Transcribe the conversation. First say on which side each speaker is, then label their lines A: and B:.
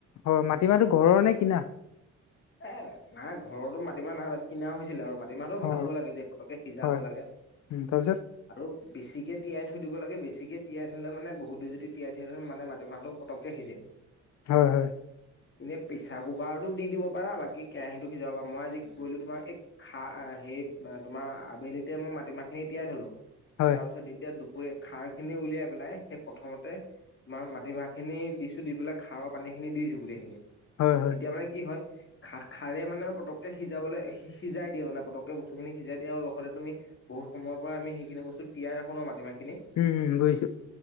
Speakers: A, on the left; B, on the left.
A: হয় মাটিমাহটো ঘৰৰ নে কিনা।
B: এ নাই ঘৰৰতো মাটিমা নাই কিনা হৈছিলে আৰু মা টিমাটো ভাল
A: অ
B: হ'ব লাগে দেই পতকে সিজা
A: হয়
B: হ'ব লাগে।
A: উম তাৰপিছত
B: আৰু বেছিকে তিয়াই থৈ দিব লাগে বেছিকে তিয়াই থ'লে মানে বহুত দেৰি যদি তিয়াই থয় মানে মাটিমাহটো পতকে সিজে। <unintelligible>
A: হয় হয়।
B: এনেই প্ৰেছাৰ কুকাৰতো দি দিব পাৰা বাকী কেৰাহীটো সিজাব পাৰা মই আজি। গলো তোমাৰ এই খা হে তোমাৰ আবেলিতে মই মাটিমাহখিনি তিয়াই থলো।
A: হয়
B: তাৰপিছত এতিয়া দুপৰীয়া খাৰ খিনি উলিয়াই পেলাই সেই প্ৰথমতে তোমাৰ মাটিমাহখিনি দিছোঁ দি পেলাই খাৰৰ পানীখিনি দিছোঁ গোটেইখিনি
A: হয় হয়
B: তেতিয়া মানে কি হয়। খাৰ খাৰে মানে পটককে সিজাবলৈ সিজাই দিয়ে মানে পটকে বস্তুখিনি সিজাই দিয়ে আৰু লগতে তুমি বহু সময় পৰা আমি সেইখিনি বস্তু তিয়াই ৰাখো ন মাটিমাহখিনি।
A: উম গৈছো।